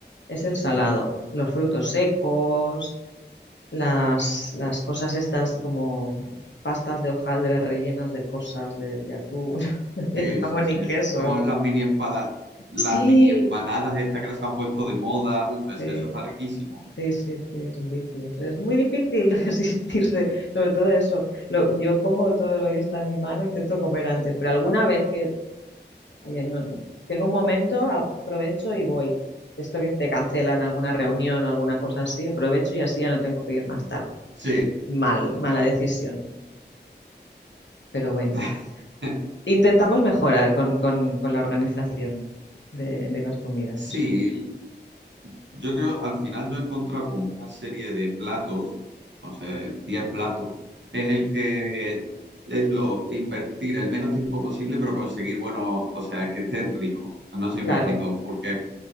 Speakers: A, on the left; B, on the right.
A: es el salado,
B: Ujú.
A: los frutos secos. las, las cosas estas como pastas de hojaldre rellenas de cosas, de, de atún, <laughs> de
B: Sí,
A: jamón
B: sí, sí.
A: y queso.
B: Como las mini empanadas, las
A: Sí,
B: mini empanadas estas que las han puesto de moda, uf, es
A: sí,
B: que eso está riquísimo.
A: sí, sí, sí, es un vicio. Es es muy difícil <laughs> resistirse, sobre todo eso. Lo- yo pongo todo lo que está en mi mano, intento comer antes, pero alguna vez que ay, no- tengo un momento, aprovecho y voy. Esto que te cancelan alguna reunión o alguna cosa así, aprovecho y así ya no tengo que ir más tarde.
B: Sí.
A: Mal, mala decisión, pero bueno.
B: <laughs>
A: Intentamos mejorar con, con- con la organización de, de las comidas,
B: Sí,
A: eso sí.
B: yo creo, al final yo he encontrado como una serie de platos, no sé, 10 platos, en el que es lo invertir el menos tiempo posible, pero conseguir, bueno, o sea, que estén ricos. No sé si
A: Claro,
B: me explico, porque